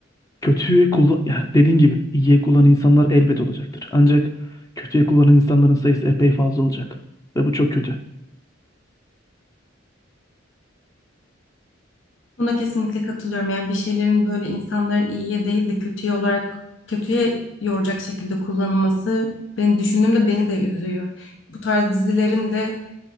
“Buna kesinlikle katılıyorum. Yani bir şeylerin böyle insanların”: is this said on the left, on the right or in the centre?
Left